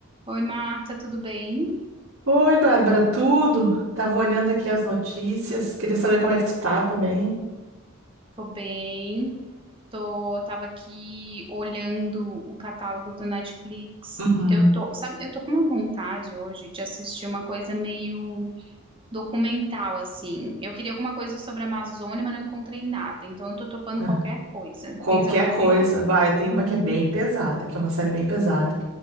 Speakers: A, on the right; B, on the right.
A: Oi, Marta, tudo bem?
B: Oi, Bárbara, tudo? Tava olhando aqui as notícias, queria saber como é que tu tá também.
A: Tô bem. Tô, tava aqui olhando o catálogo do Netflix.
B: Uhum.
A: Eu tô, sabe, eu tô com uma vontade hoje de assistir uma coisa meio documental, assim. Eu queria alguma coisa sobre a Amazônia, mas não encontrei nada. Então eu tô topando
B: Ah,
A: qualquer coisa.
B: Qualquer
A: Tens alguma
B: coisa,
A: dica?
B: bah, eu tenho
A: Uhum.
B: uma que é bem pesada, que é uma série bem pesada,